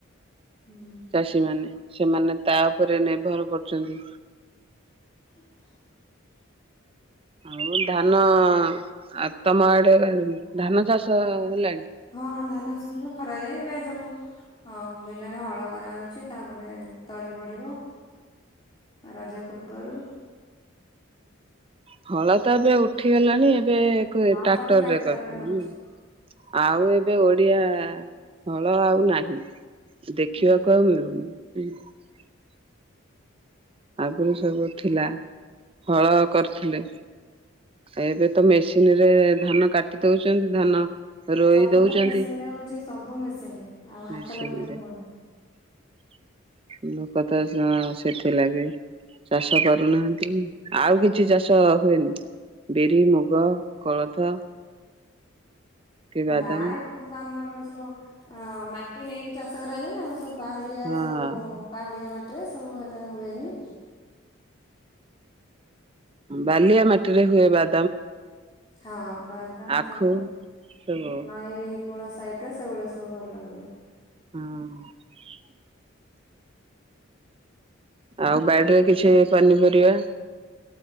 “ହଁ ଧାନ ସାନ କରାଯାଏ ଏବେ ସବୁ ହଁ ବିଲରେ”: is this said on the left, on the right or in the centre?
Left